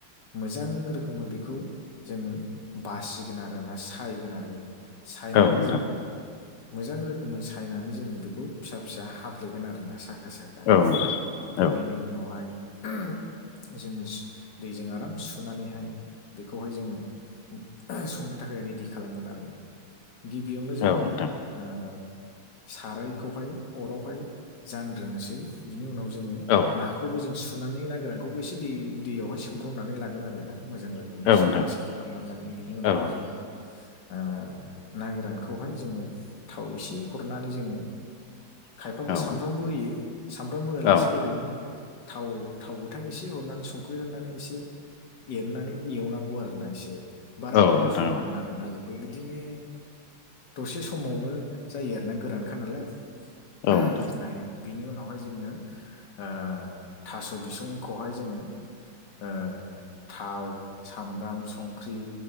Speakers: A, on the left (about 55°); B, on the left (about 85°).
A: मोजां रोखोमै बेखौ जोङो बासिगोन आरोना सायगोन आरो सायनानै
B: औ नोंथां
A: जोङो मोजां रोखोमै सायनानै ज जोङो बेखौ फिसा फिसा हाफ्लेगोन आरोना साय साखा साखा
B: औ नोंथां
A: ओमफाय
B: औ
A: बेनि उनावहाय उम जोङो दैजों आराम सुनानैहाय बेखौहाय जोङो ओह संनो थाखाय रेडि खालामगोन आरोना गिबियावनो जोङो
B: औ नोंथां
A: ओ सारायखौहाय अरावहाय जानग्रोनोसै बिनि उनाव जोङो
B: औ
A: नाखौबो जों सु नानै ना गोरानखौबो एसे दै दैयावहाय सोमब्रनानै लागोन आरोना मोजां रोखोमै
B: औ नोंथां
A: सुनानै साफा खालामनानै लागोन बिनि उनावहाय
B: औ
A: जोङो आ ना गोरानखौहाय जोङो थाव एसे हरनानै जोङो खायफाबा
B: औ
A: सामब्रामबो
B: नोंथां
A: होयो सामब्राम होआलासे
B: औ
A: ओरैनो थाव थाव गोथां एसे हरनानै संख्रि हरनानै एसे एरनानै एवनांगौ आरोना एसे बारा
B: औ
A: गोबाव
B: नोंथां
A: सम
B: औ
A: नाङा आरोना बेखौ बिदिनो दसे समावनो जायो आरोना गोरानखा नालाय
B: औ
A: उम
B: नोंथां
A: नाया बिनि उनावहाय जोङो ओ थास' बिसुंखौहाय जोङो ओ थाव सामब्राम संख्रि